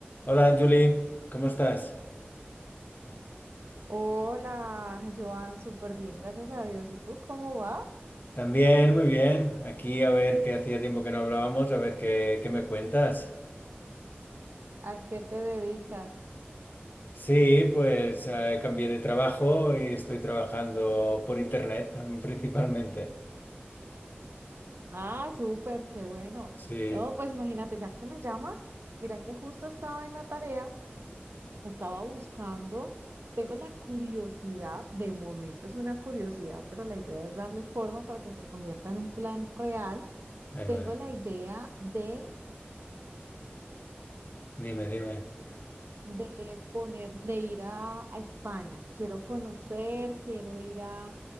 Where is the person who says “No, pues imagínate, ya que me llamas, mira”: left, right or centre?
Right